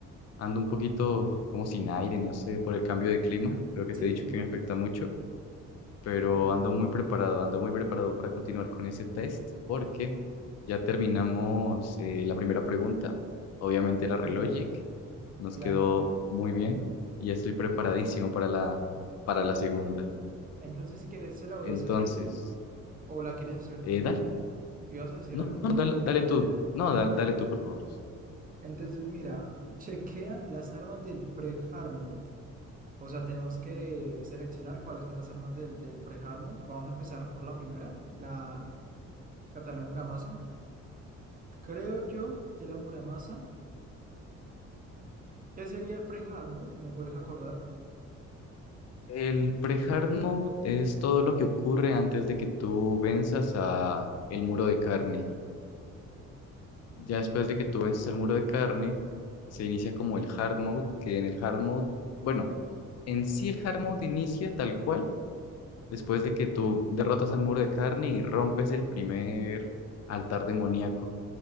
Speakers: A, on the left; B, on the right.
A: Ando un poquito como sin aire, no sé, por el cambio de clima. Creo que
B: Sí,
A: te he dicho que me afecta mucho, pero
B: qué horrible.
A: ando muy preparado, ando muy preparado para continuar con ese test porque ya terminamos eh, la primera pregunta. Obviamente era
B: Ja,
A: Relogic, nos
B: Claro.
A: quedó muy bien y ya estoy preparadísimo para la, para la segunda.
B: Entonces, si quieres, se la voy
A: Entonces,
B: a hacer de una o la quieres hacer
A: eh,
B: tú.
A: dale,
B: ¿Ibas a decir
A: no,
B: algo?
A: no, dale, dale tú, no, da- dale, tú, por favor.
B: Entonces, mira, chequea las armas del pre-hard mode. O sea, tenemos que seleccionar cuáles son las armas del, del pre-hard mode. Vamos a empezar por la primera, la katana Muramasa. Creo yo que la Muramasa. ¿Qué sería el pre-hard mode? ¿Me puedes acordar?
A: El pre-hard mode es todo lo que ocurre antes de que tú venzas a el muro de carne. Ya después de que tú vences al muro de carne, se inicia como el hard mode, que en el hard mode, bueno, en sí el hard mode inicia tal cual después de que tú derrotas al muro de carne y rompes el primer altar demoníaco